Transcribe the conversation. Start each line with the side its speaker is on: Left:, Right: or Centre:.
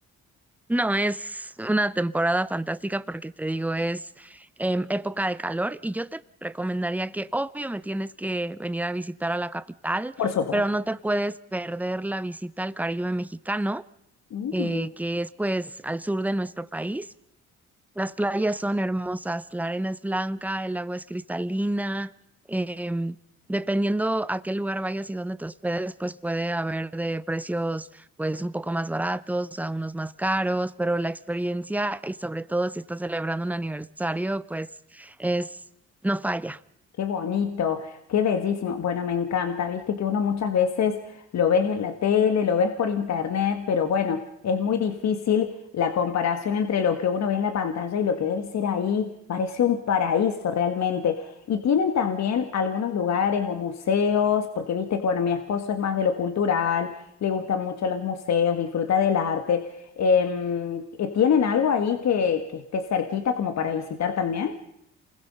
Centre: No, es una temporada fantástica porque te digo, es em, época de calor y yo te recomendaría que obvio me tienes que venir a visitar a la capital,
Left: por supuesto.
Centre: pero no te puedes perder la visita al Caribe mexicano,
Left: Mm.
Centre: eh, que es pues al sur de nuestro país. Las playas son hermosas, la arena es blanca, el agua es cristalina. em, dependiendo a qué lugar vayas y dónde te hospedes, pues puede haber de precios pues un poco más baratos a unos más caros, pero la experiencia y sobre todo si estás celebrando un aniversario, pues es no falla.
Left: Qué bonito, qué bellísimo. Bueno, me encanta, viste que uno muchas veces lo ves en la tele, lo ves por internet, pero bueno, es muy difícil la comparación entre lo que uno ve en la pantalla y lo que debe ser ahí. Parece un paraíso realmente. Y tienen también algunos lugares o museos, porque viste que, bueno, mi esposo es más de lo cultural, le gustan mucho los museos, disfruta del arte. Em, eh, ¿tienen algo ahí que, que esté cerquita como para visitar también?